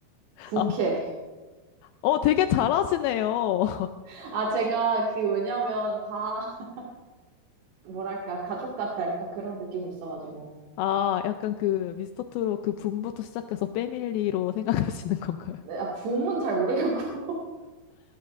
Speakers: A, on the right; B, on the left.
A: 부캐.
B: 아, 어, 되게 잘하시네요.
A: <laughs> 아, 제가 그, 왜냐면 다, <laughs> 뭐랄까, 가족 같달까? 그런 느낌이 있어가지고.
B: 아, 약간 그 미스터 트롯 그 붐부터 시작해서 패밀리로 생각하시는 건가요?
A: 네, 아, 붐은 잘 모르겠고. <laughs>